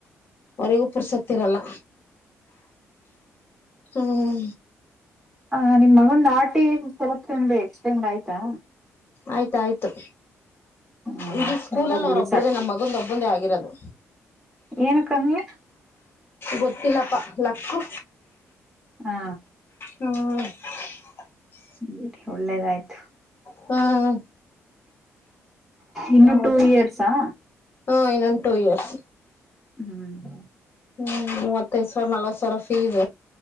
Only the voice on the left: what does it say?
ಅವರಿಗೂ ಪುರ್ಸತ್ತಿರಲ್ಲ ಹ್ಮ್
ಆಯ್ತಾಯ್ತು
ಇಡೀ ಸ್ಕೂಲಲ್ಲಿ
ಅವ್ರೊಬ್ಬ್ರ್ದೇ
ನಮ್ಮ್ ಮಗಂದ ಒಬ್ಬಂದೇ ಆಗಿರೋದು
ಗೊತ್ತಿಲ್ಲಪ್ಪಾ ಲಕ್ಕು
ಹ್ಮ
ಹ್ಮ್
ಹೌದು
ಹಾ ಇನ್ನೊಂದು ಟು ಇಯರ್ಸ್
ಹ್ಮ್ ಮೂವತ್ತೈದ ಸಾವಿರ ನಲ್ವತ್ ಸಾವಿರ ಫೀಸ್